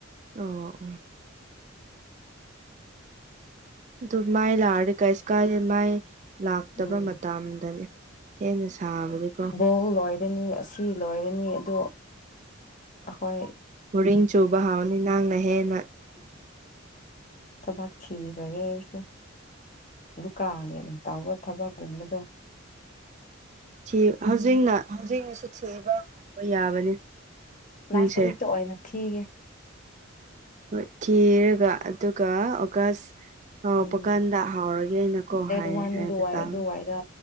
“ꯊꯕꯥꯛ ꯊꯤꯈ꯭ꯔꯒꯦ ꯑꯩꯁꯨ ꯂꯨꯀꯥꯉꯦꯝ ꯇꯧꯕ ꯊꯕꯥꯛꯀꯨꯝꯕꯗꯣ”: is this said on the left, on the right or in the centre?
Left